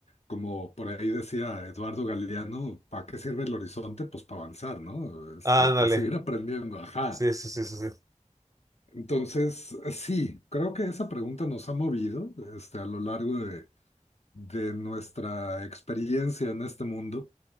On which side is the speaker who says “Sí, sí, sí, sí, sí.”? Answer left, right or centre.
Right